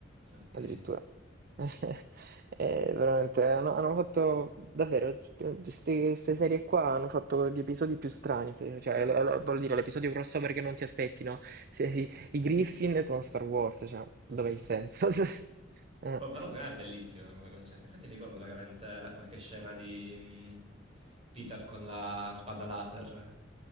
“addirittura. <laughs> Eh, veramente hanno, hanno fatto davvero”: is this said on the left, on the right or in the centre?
Right